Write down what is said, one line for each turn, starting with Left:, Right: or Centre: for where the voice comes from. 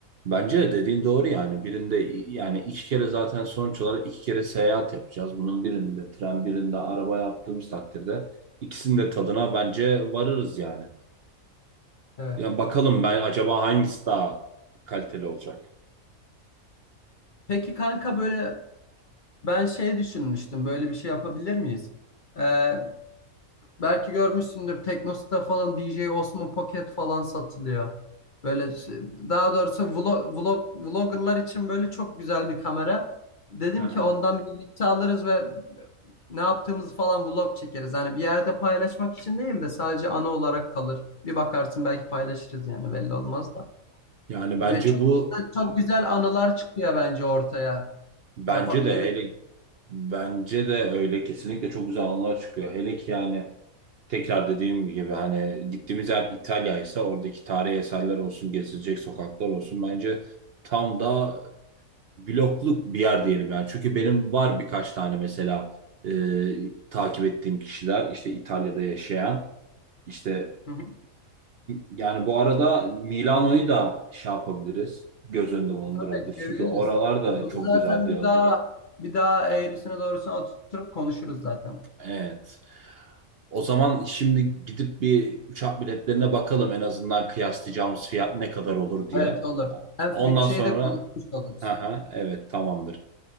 Right: Bence de dediğin doğru yani birinde i- yani iki kere zaten sonuç olarak iki kere seyahat yapacağız. Bunun birinde tren birinde araba yaptığımız takdirde ikisinin de tadına bence varırız yani.
Left: Evet.
Right: Ya bakalım ben acaba hangisi daha kaliteli olacak?
Left: Peki kanka böyle ben şey düşünmüştüm. Böyle bir şey yapabilir miyiz? Ee, Belki görmüşsündür Teknosa'da falan DJ Osmo Pocket falan satılıyor. Böyle şey- daha doğrusu vlog, vlog, vloggerlar için böyle çok güzel bir kamera. Dedim
Right: Hı hı.
Left: ki ondan birlikte alırız ve ne yaptığımızı falan vlog çekeriz. Hani bir yerde paylaşmak için değil de sadece ana olarak kalır. Bir bakarsın belki paylaşırız yani belli olmaz da.
Right: Yani bence
Left: Ve çok,
Right: bu
Left: çok güzel anılar çıkıyor bence ortaya.
Right: bence
Left: Yapabiliriz.
Right: de hele bence de öyle kesinlikle çok güzel anılar çıkıyor. Hele ki yani tekrar dediğim gibi hani gittiğimiz yer İtalya ise oradaki tarihi eserler olsun, gezilecek sokaklar olsun bence tam da blokluk bir yer diyelim yani. Çünkü benim var birkaç tane mesela e, takip ettiğim kişiler işte İtalya'da yaşayan işte
Left: Hı hı.
Right: Yani bu arada Milano'yu da şey yapabiliriz. Göz önünde bulundurabiliriz.
Left: Tabii ekleyebiliriz.
Right: Çünkü oralar da
Left: Bunu
Right: çok
Left: zaten
Right: güzel diyorlar.
Left: bir daha bir daha eğrisine doğrusuna oturup konuşuruz zaten.
Right: Evet. O zaman şimdi gidip bir uçak biletlerine bakalım en azından kıyaslayacağımız fiyat ne kadar olur diye.
Left: Evet olur. Hem
Right: Ondan
Left: bütçeyi
Right: sonra
Left: de konuşmuş oluruz.
Right: aha, evet tamamdır.